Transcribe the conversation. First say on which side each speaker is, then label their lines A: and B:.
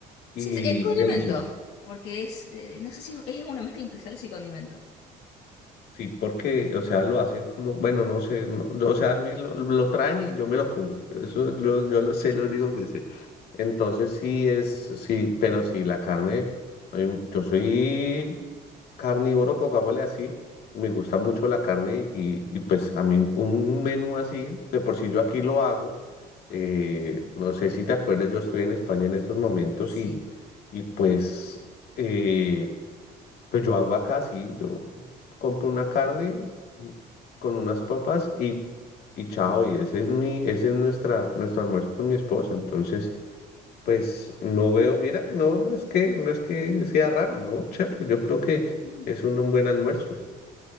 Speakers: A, on the left; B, on the left.
A: y
B: Sí, sí, el condimento,
A: delicioso.
B: porque es, eh, no sé si es una mezcla entre salsa y condimento.
A: Sí, porque, o sea, lo hace como, bueno, no sé, no- yo, o sea, a mí lo, lo traen y yo me lo como. Eso lo- yo lo sé, lo único que sé. Entonces sí es, sí, pero sí, la carne, em, yo soy carnívoro, pongámosle así, me gusta mucho la carne y, y pues a mí un menú así, de por sí yo aquí lo hago. eh,
B: Ok,
A: no sé si te acuerdas, yo estoy en España en estos momentos
B: sí.
A: y, y pues... eh, pues yo hago acá, sí, yo compro una carne mm, con unas papas y, y chao, y ese es mi, ese es nuestra, nuestro almuerzo con mi esposa. Entonces, pues no veo, mira, que no, no es que, no es que sea raro, ¿no? Chévere, yo creo que
B: No.
A: es un, un buen almuerzo.